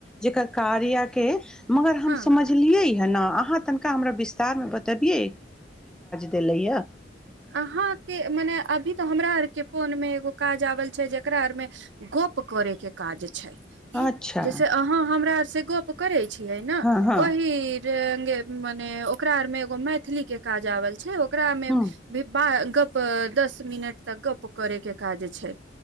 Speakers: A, in the centre; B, on the right.
A: जेकर कार्य के मगर
B: हँ
A: हम समझलियै अहाँ तनिका हमरा विस्तार मे बबिय तेलैा
B: अहााँके मने अभी तऽ हमरा आर के फोन मे एगो काज आबल छै जेकरा आर मे गप करे के काज छै
A: अच्छा
B: ज अ हम सेगोआ पक कर छिय ने
A: हँ हँ
B: ओहि र मने ओकरा आर में एगो मैथिली के काज आवल छै ग्रामे
A: ह
B: आ गप दस मिनट तक गप करे के काज छै